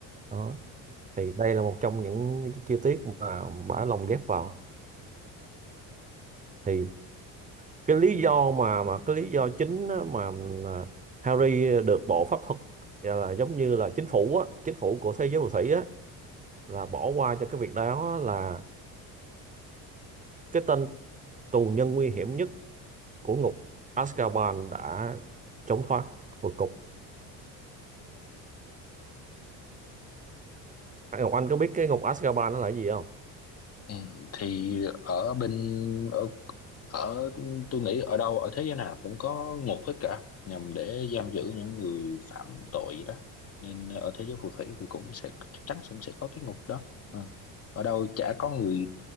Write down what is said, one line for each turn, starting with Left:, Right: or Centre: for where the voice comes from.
Right: đó thì đây là một trong những cái chi tiết mà bả lồng ghép vào thì cái lý do mà mà cái lý do chính á, mà là Harry được bộ pháp thuật gọi là giống như là chính phủ á, chính phủ của thế giới phù thủy á là bỏ qua cho cái việc đó á, là cái tên tù nhân nguy hiểm nhất của ngục Azkaban đã trốn thoát vượt cục Ngọc Anh có biết cái ngục Azkaban nó là cái gì không?
Left: Ừ, thì ở bên ở ở tôi nghĩ ở đâu ở thế giới nào cũng có ngục hết cả nhằm để giam giữ những người phạm tội vậy đó nên ở thế giới phù thủy thì cũng sẽ chắc chắn cũng sẽ có cái ngục đó Ờ. ở đâu chả có người